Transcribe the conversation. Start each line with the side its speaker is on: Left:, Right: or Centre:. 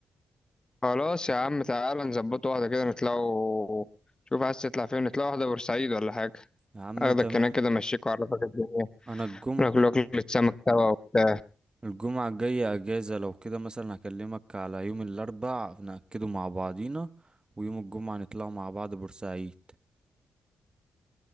Left: خلاص يا عم تعالى نظبط واحدة كده نطلعوا شوف عايز تطلع فين نطلع واحدة بورسعيد ولا حاجة
Right: يا عم
Left: اخدك
Right: تمام
Left: هناك كده امشيك واعرفك الدنيا
Right: أنا الجم
Left: ناكل أكلة سمك سوا وبتاع
Right: الجمعة الجاية أجازة لو كده مثلا هكلمك على يوم الأربع نأكده مع بعضينا ويوم الجمعة نطلع مع بعض بورسعيد